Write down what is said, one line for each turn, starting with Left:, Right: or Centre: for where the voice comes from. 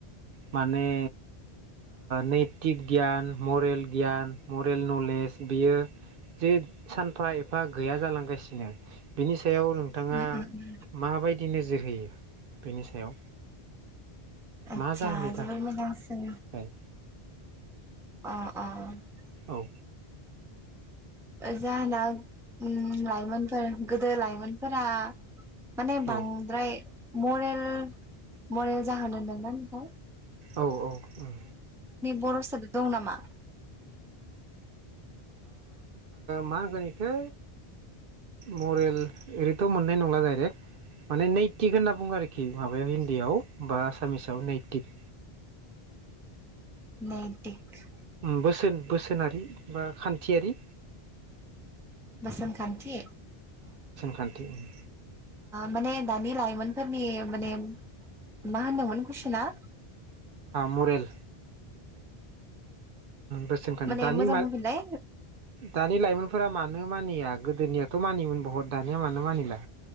Right: माने नैथिक गियान मरेल गियान मरेल नलेज बियो जे सानफा एफा गैया जालांगासिनो बिनि सायाव नोंथाङा
Centre: उम उम
Right: माबायदि नोजोर होयो बेनि सायाव
Centre: आदसा
Right: मा जाहोननि थाखाय
Centre: जोबोद मोजांसो अ अ
Right: औ
Centre: जाहोना लाइमोनफोर गोदो लाइमोनफोरा माने
Right: औ
Centre: बांद्राय मरेल मरेल जाहोनोदोंमोन ओमफ्राय
Right: औ औ औ
Centre: बर' सोदोब दं नामा
Right: मा होनगोन इखो मरेल ओरैथ मोननाय नंला डाइरेक्ट माने न थिग होन्ना बुङो आरोखि माबायाव हिन्दीआव बा आसामिसाव नैइटिन
Centre: नैतिक
Right: बोसोन बोसोनारि बा खान्थियारि
Centre: बसोनखानथि
Right: खान्थि उम
Centre: माने दानि लाइमोनफोरनि माने मा होनदोंमोन कुइसना
Right: मरेल बोसोनख
Centre: माने
Right: दानि
Centre: मोजां बुंफिनलाय
Right: दानि लाइमोनफोरा मानो मानिया गोदोनियाथ मानियोमोन बहत दानिया मानो मानिला